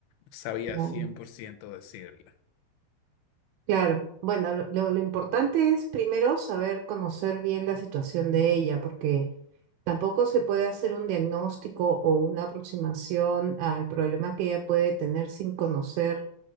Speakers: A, on the left; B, on the right.
A: sabía
B: No.
A: 100% decirle.
B: claro, bueno, lo, lo- lo importante es primero saber conocer bien la situación de ella, porque tampoco se puede hacer un diagnóstico o una aproximación al problema que ella puede tener sin conocer